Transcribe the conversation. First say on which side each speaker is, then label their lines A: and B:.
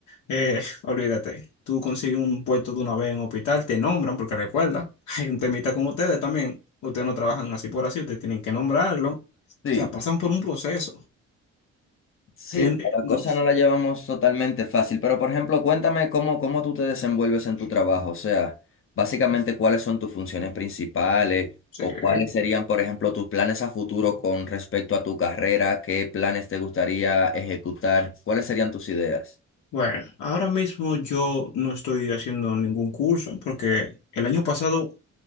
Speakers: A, on the left (about 75°); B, on the left (about 45°).
A: eh, <laughs> olvídate. Tú consigues un puesto de una vez en un hospital, te nombran, porque recuerda, <laughs> hay un temita con ustedes también. Ustedes no trabajan así por así, ustedes tienen que nombrarlo. O
B: Sí,
A: sea, pasan por un proceso.
B: sí,
A: que
B: no, la
A: no
B: cosa no la llevamos totalmente fácil, pero por ejemplo, cuéntame cómo, cómo tú te desenvuelves en tu trabajo, o sea, básicamente cuáles son tus funciones principales
A: sé.
B: o cuáles serían, por ejemplo, tus planes a futuro con respecto a tu carrera, qué planes te gustaría ejecutar, cuáles serían tus ideas.
A: Bueno, ahora mismo yo no estoy haciendo ningún curso porque el año pasado